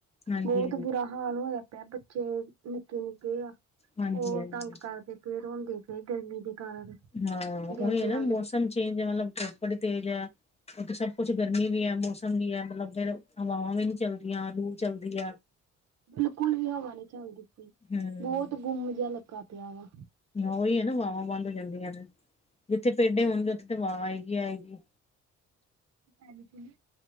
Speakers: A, on the left; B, on the right.
A: ਹਾਂਜੀ
B: ਬਹੁਤ ਬੁਰਾ ਹਾਲ ਹੋਇਆ ਪਿਆ ਬੱਚੇ ਨਿੱਕੇ-ਨਿੱਕੇ ਆ।
A: ਹਾਂਜੀ-ਹਾਂਜੀ
B: ਬਹੁਤ ਤੰਗ ਕਰਦੇ ਪਏ ਰੋਂਦੇ ਪਏ ਗਰਮੀ ਦੇ। ਕਾਰਨ
A: ਹਾਂ। ਉਹੀ
B: ਗਰਮੀ
A: ਹੈ
B: ਲੱਗਦੀ
A: ਨਾ ਮੌਸਮ
B: ਪਈ।
A: ਚੇਂਜ ਮਤਲਬ ਧੁੱਪ ਬੜੀ ਤੇਜ਼ ਹੈ, ਉੱਥੇ ਸਭ ਕੁੱਛ ਗਰਮੀ ਵੀ ਹੈ ਮੌਸਮ ਵੀ ਹੈ, ਮਤਲਬ ਫੇਰ ਹਵਾਵਾਂ ਵੀ ਨੀ ਚੱਲਦੀਆਂ। ਲੂ ਚਲਦੀ ਆ।
B: ਬਿਲਕੁਲ ਵੀ ਹਵਾ ਨੀ ਚੱਲਦੀ ਪਈ।
A: ਹੂੰ
B: ਬਹੁਤ ਗੁੰਮ ਜਿਹਾ ਲੱਗਾ ਪਿਆ ਵਾ‌।
A: ਉਹੀ ਹੈ ਨਾ ਵਾਹਵਾਂ ਬੰਦ ਹੋ ਜਾਂਦੀਆਂ ਨੇ, ਜਿੱਥੇ ਪੇਡੇ ਹੋਣਗੇ ਉੱਥੇ ਤਾਂ ਵਾਹਵਾ ਹੈਗੀ ਆਏਗੀ।
B: ਹਾਂਜੀ।